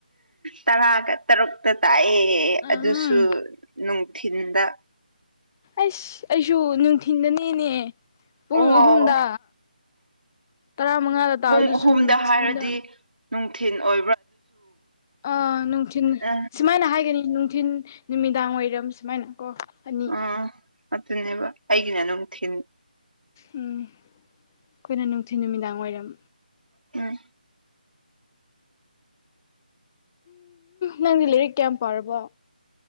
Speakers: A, on the right; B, on the left.
A: ꯇꯔꯥꯒ ꯇꯔꯨꯛꯇ ꯇꯥꯢꯑꯦ
B: ꯎꯝ
A: ꯑꯗꯨꯁꯨ ꯊꯤꯟꯗ
B: ꯑꯁ ꯑꯩꯁꯨ ꯅꯨꯡꯊꯤꯟꯗꯅꯦꯅꯦ ꯄꯨꯡ
A: ꯑꯣ
B: ꯑꯍꯨꯝꯗ ꯇꯔꯥ ꯃꯉꯥꯗ ꯇꯥꯗꯁꯨ
A: ꯄꯨꯡ ꯑꯍꯨꯝꯗ
B: ꯅꯨꯊꯤꯟꯗ
A: ꯍꯥꯏꯔꯗꯤ ꯅꯨꯡꯊꯤꯟ ꯑꯣꯏ
B: ꯑꯥ ꯅꯨꯡꯊꯤꯟ
A: ꯑ
B: ꯁꯨꯃꯥꯏꯅ ꯍꯥꯏꯒꯅꯤ ꯅꯨꯡꯊꯤꯟ ꯅꯨꯃꯤꯗꯥꯡ ꯋꯥꯏꯔꯝ ꯁꯨꯃꯥꯏꯅ ꯀꯣ ꯑꯅꯤ
A: ꯑ ꯑꯗꯨꯅꯦꯕ ꯑꯩꯒꯤꯅ ꯑꯗꯨꯝ ꯊꯤꯟ
B: ꯎꯝ ꯑꯩꯈꯣꯏꯅ ꯅꯨꯡꯊꯤꯟ ꯅꯨꯃꯤꯗꯥꯡ ꯋꯥꯏꯔꯝ
A: ꯎꯝ
B: ꯅꯪꯗꯤ ꯂꯥꯏꯔꯤꯛ ꯀꯌꯥꯝ ꯄꯥꯔꯕꯣ